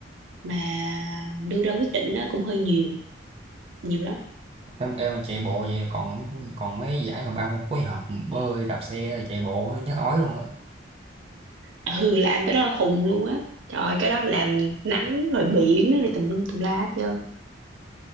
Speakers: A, on the right (about 80°); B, on the right (about 30°).
A: mà đưa ra quyết định á cũng hơi nhiều nhiều lắm
B: em, em mà chạy bộ vậy còn còn mấy giải mà ba môn phối hợp bơi đạp xe rồi chạy bộ nó chắc ói luôn á
A: ừ làm cái đó là khùng luôn á trời ơi, cái đó làm nắng rồi biển rồi tùm lum tùm la hết trơn